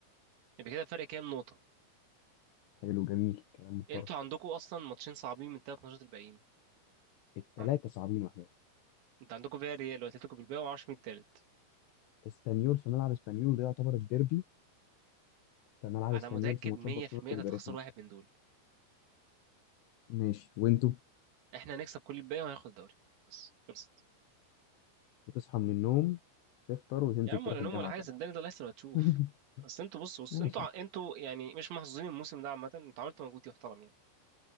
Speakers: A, on the right (about 65°); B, on the left (about 75°).
A: يبقى كده فرق كام نقطه
B: حلو جميل كلام محترم
A: انتوا عندكم اصلا ماتشين صعبين من الثلاث ماتشات الباقيين
B: الثلاثه
A: عن-
B: صعبين وحياة
A: انتوا عندكم فيا ريال واتلتيكو بالباقي ومعرفش مين التالت
B: اسبانيول في ملعب اسبانيول وده يعتبر الديربي في ملعب
A: انا
B: اسبانيول
A: متاكد
B: في ماتشات
A: 100%
B: برشلونه بيبقى
A: انت هتخسروا
B: رخم
A: واحد من دول
B: ماشي وانتوا
A: احنا هنكسب كل الباقي وهناخد الدوري بس خلصت
B: بتصحى من النوم تفطر وتنزل
A: يا عم
B: تروح
A: ولا نوم
B: الجامعه
A: ولا حاجه
B: تاني
A: صدقني ده لسه هتشوف
B: <laughs>
A: اصل انتوا بص بص
B: ماشي
A: انتوا ع- انتوا يعني مش محظوظين الموسم ده عامه انتوا عملتوا مجهود يحترم يعني